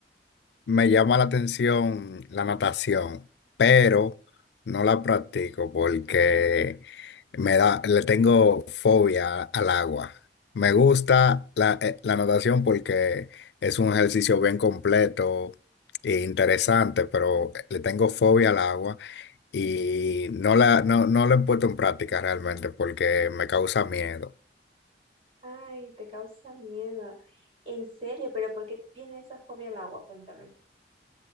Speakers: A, on the left; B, on the right.
A: Me llama la atención la natación, pero no la practico porque me da, le tengo fobia al agua. Me gusta la, eh, la natación porque es un ejercicio bien completo e interesante, pero le tengo fobia al agua y no la, no, no la he puesto en práctica realmente porque me causa miedo.
B: Ay, te causa miedo. En serio, pero ¿por qué viene esa fobia al agua? Cuéntame.